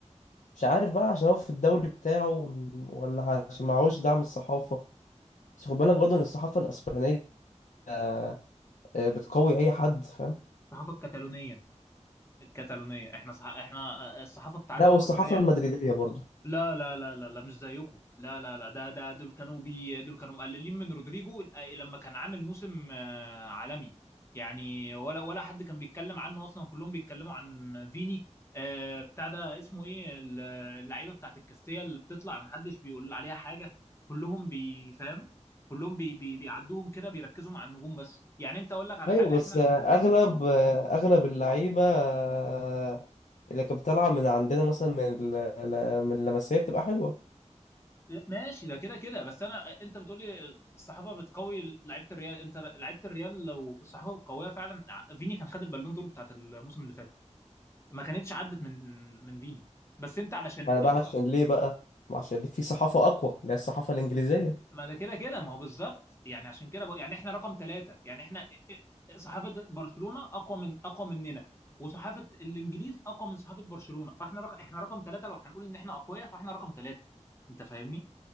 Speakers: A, on the left; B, on the left.
A: مش عارف بقى عشان هو في الدوري بتاعه ولا عشان معهوش دعم الصحافه بس خد بالك برضه ان الصحافه الاسبانيه آه، آه، بتقوي اي حد فاهم
B: الصحافه الكتالونيه الكتالونيه احنا صح... احنا آه، الصحافه بتاعت
A: لا والصحافه
B: الريال
A: المدريديه برضه
B: لا لا لا لا لا مش زيكم لا لا لا ده ده دول كانوا بي دول كانوا مقللين من رودريجو آه، لما كان عامل موسم آه، عالمي يعني ولا ولا حد كان بيتكلم عنه اصلا كلهم بيتكلموا عن فيني آه، بتاع ده اسمه ايه ال- اللعيبه بتاعت الكاستيا اللي بتطلع محدش بيقول عليها حاجه كلهم بيفهم كلهم بي بي بيعدوهم كده بيركزوا مع النجوم بس يعني انت اقول لك على
A: ايوه
B: حاجه
A: بس
B: احنا لو
A: آه، اغلب آه، اغلب اللعيبه آه، اللي كانت بتطلع من عندنا مثلا من ال- ال- من اللمسيه بتبقى حلوه
B: ماشي ده كده كده بس انا انت بتقولي الصحافه بتقوي لعيبه الريال انت لعيبه الريال لو الصحافه القويه فعلا فيني كان خد البالون دور بتاعت الموسم اللي فات ما كانتش عدت من من فيني بس انت علشان
A: ما انا بقى
B: الصح
A: عشان ليه بقى ما عشان في صحافه اقوى اللي هي الصحافه الانجليزيه
B: ما ده كده كده ما هو بالظبط يعني عشان كده بقى يعني احنا رقم ثلاثة يعني احنا صحافه برشلونه اقوى من اقوى مننا وصحافه الانجليز اقوى من صحافه برشلونه فاحنا رقم احنا رقم ثلاثة لو هنقول ان احنا اقوياء فاحنا رقم ثلاثة انت فاهمني